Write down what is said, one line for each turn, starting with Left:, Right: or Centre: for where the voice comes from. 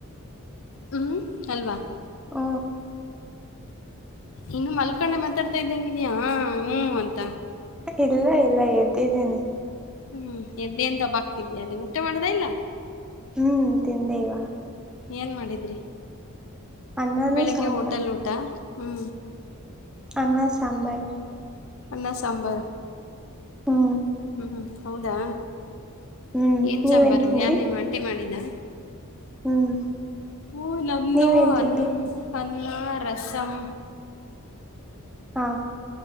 Left: ಹ್ಮ್ ಅಲ್ವಾ
Centre: ಹ್ಮ
Left: ಇನ್ನು ಮಲ್ಕೊಂಡೆ ಮಾತಾಡ್ತಾ ಇದ್ದಂಗಿದಯಾ ಹ್ಮ ಅಂತ
Centre: ಇಲ್ಲ ಇಲ್ಲ ಎದ್ದಿದ್ದೀನಿ
Left: ಹ್ಮ್ ಎದ್ದೆಯಿಂದಬ್ ಬ ಆಕ್ತಿದಿಯಲ್ಲಿ ಊಟ ಮಾಡದ ಇಲ್ಲ
Centre: ಹ್ಮ್ ತಿಿಂದ ಇವಳ
Left: ಏನು ಮಾಡಿದ್ರಿ
Centre: ಅನ್ನನೂ
Left: ಬೆಳಿಗ್ಗೆ
Centre: ಸಾಂಬಾರ್
Left: ಹೋಟೆಲ್ ಊಟ ಹ್ಞೂ
Centre: ಅನ್ನ ಸಾಂಬಾರ್
Left: ಅನ್ನ ಸಾಂಬಾರ
Centre: ಹಾ
Left: ಹ್ಮ್ ಹೌದಾ
Centre: ಹ್ಮ್
Left: ಏನ್
Centre: ನೀವೇನ್
Left: ಚಂಬಾರು
Centre: ತಿಂದ್ರಿ
Left: ಯಾರ್ ನಿಮ್ ಆಂಟಿ ಮಾಡಿದ
Centre: ಹ್ಮ್
Left: ಹ್ಮ ನಮ್ದು
Centre: ನೀವೇನ್ ತಿಂದ್ರಿ
Left: ಅನ್ ಅಣ್ಣ ರಸಂ
Centre: ಹಾ